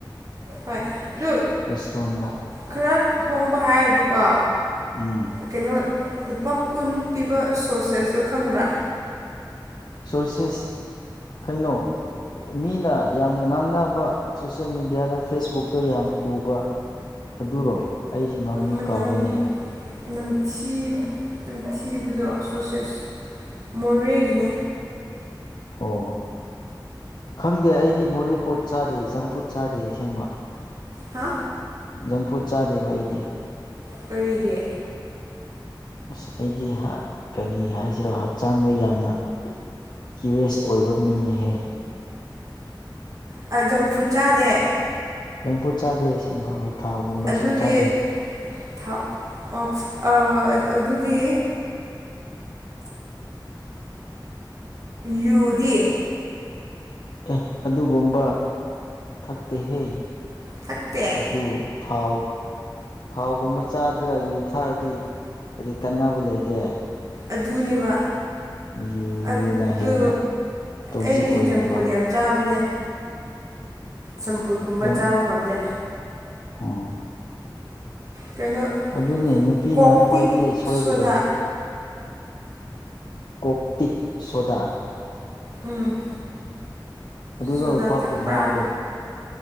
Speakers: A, on the right; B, on the left.
A: ꯍꯣꯏ ꯑꯗꯨ
B: ꯔꯦꯁꯇꯨꯔꯦꯟꯗ
A: ꯈꯔ ꯍꯣꯡꯕ ꯍꯥꯏꯔꯗꯤꯀꯣ
B: ꯎꯝ
A: ꯀꯩꯅꯣ ꯂꯨꯄꯥ ꯀꯨꯟ ꯄꯤꯕ ꯁꯣꯁꯦꯁꯇꯣ ꯈꯪꯕ꯭ꯔꯥ
B: ꯁꯣꯔꯁꯦꯁ ꯀꯩꯅꯣ ꯃꯤꯅ ꯌꯥꯝꯅ ꯉꯥꯡꯅꯕ ꯁꯣꯁꯌꯦꯜ ꯃꯦꯗꯤꯌꯥꯗ ꯐꯦꯁꯕꯨꯛꯇꯣ ꯌꯥꯝ ꯎꯕ ꯑꯗꯨꯔꯣ ꯑꯩꯁꯨ ꯃꯃꯤꯡ
A: ꯃꯅꯝ
B: ꯀꯥꯎꯔꯦꯅꯦ
A: ꯅꯝꯊꯤ ꯑꯗꯨꯝ ꯊꯤꯕꯗꯣ ꯁꯣꯠꯁꯦꯁ ꯃꯣꯔꯦꯒꯤꯅꯦ
B: ꯑꯣ ꯈꯪꯗꯦ ꯑꯩꯗꯤ ꯃꯣꯔꯦ ꯄꯣꯠ ꯆꯥꯗꯦ ꯖꯪꯐꯨꯠ ꯆꯥꯗꯦ ꯑꯁꯦꯡꯕ
A: ꯍꯥ
B: ꯆꯝꯐꯨꯠ ꯆꯥꯗꯦꯕ ꯑꯩꯗꯤ
A: ꯀꯔꯤꯒꯤ
B: ꯑꯁ ꯑꯩꯗꯤ ꯀꯔꯤ ꯍꯥꯏꯁꯤꯔꯣ ꯍꯛꯆꯥꯡꯗ ꯌꯥꯝꯅ ꯀ꯭ꯌꯔꯤꯁ ꯑꯣꯏꯕ ꯃꯤꯅꯍꯦ
A: ꯁ ꯖꯪ ꯐꯨꯗ ꯆꯥꯗꯦ
B: ꯂꯦꯡꯐꯨꯠ ꯆꯥꯗꯦ ꯑꯁꯤꯦꯡꯕ ꯑꯩꯈꯣꯏ ꯊꯥꯎꯒꯨꯝꯕꯁꯨ
A: ꯑꯗꯨꯗꯤ
B: ꯆꯥꯗꯦ
A: ꯊꯥꯎ ꯑꯣ ꯑꯗꯨꯗꯤ ꯌꯨꯗꯤ
B: ꯑꯦ ꯑꯗꯨꯒꯨꯝꯕ ꯊꯛꯇꯦꯍꯦ
A: ꯊꯛꯇꯦ
B: ꯑꯗꯨ ꯊꯥꯎ ꯊꯥꯎꯒꯨꯝꯕ ꯆꯥꯗ꯭ꯔꯒ ꯌꯨ ꯊꯛꯔꯗꯤ ꯀꯔꯤ ꯀꯟꯅꯅꯕ ꯂꯩꯒꯦ
A: ꯑꯗꯨꯅꯦꯕ
B: ꯌꯨ
A: ꯑꯗꯨ
B: ꯌꯨꯅ ꯍꯦꯟꯅ ꯇꯣꯛꯖꯤꯛ
A: ꯑꯩꯗꯤ
B: ꯑꯣꯏꯔꯦꯕ
A: ꯖꯪꯐꯨꯗ ꯌꯥꯝ ꯆꯥꯕꯅꯦ ꯁꯝꯐꯨꯠꯀꯨꯝꯕ
B: ꯅꯪ
A: ꯆꯥꯕ ꯉꯝꯗꯦ
B: ꯑꯣ
A: ꯀꯩꯅꯣ
B: ꯑꯗꯨꯅꯦ ꯅꯨꯄꯤꯅ
A: ꯀꯣꯛꯇꯤ
B: ꯈ꯭ꯋꯥꯏꯗꯒꯤ ꯁꯣꯏꯕꯗꯣ
A: ꯁꯣꯗꯥ
B: ꯀꯧꯣꯛꯛꯇꯛ ꯁꯣꯗꯥ
A: ꯎꯝ
B: ꯑꯗꯨꯗ
A: ꯁꯣꯗꯥ
B: ꯂꯨꯄꯥ
A: ꯊꯛꯄ꯭ꯔꯥ
B: ꯀꯨꯟ ꯍꯥꯏꯕꯗꯣ